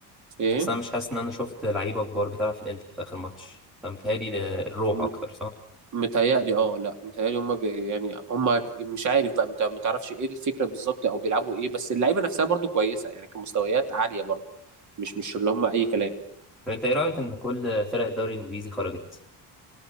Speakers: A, on the right; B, in the centre.
A: ايه
B: اصل انا مش حاسس ان انا شفت لعيبه كبار بتلعب في الانتر في اخر ماتش فمتهيألي ده الروح
A: م-
B: اكتر صح
A: متهيألي اه لا متهيألي هم ب... يعني هم ك- مش عارف بقى مت- ما تعرفش ايه الفكره بالظبط او بيلعبوا ايه بس اللعيبه نفسها برضو كويسه يعني كمستويات عاليه برضو مش مش اللي هم اي كلام
B: طب انت ايه رايك ان كل فرق الدوري الانجليزي خرجت